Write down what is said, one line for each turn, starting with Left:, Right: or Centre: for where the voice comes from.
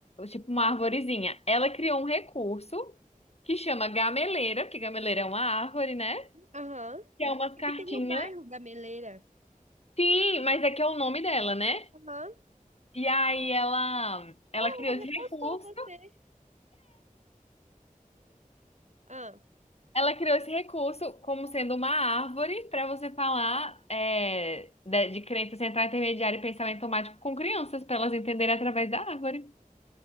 Left: tipo uma arvorezinha. Ela criou um recurso que chama gameleira, porque gameleira é uma árvore, né?
Right: Aham.
Left: Que é umas cartinhas.
Right: Aqui tem o bairro Gameleira.
Left: Sim, mas é que é o nome dela, né?
Right: Aham.
Left: E aí ela, ela
Right: Olha,
Left: criou
Right: ela
Left: esse
Right: repostou
Left: recurso.
Right: você. Ah.
Left: Ela criou esse recurso como sendo uma árvore para você falar é, de, de crença central, intermediária e pensamento automático com crianças, para elas entenderem através da árvore.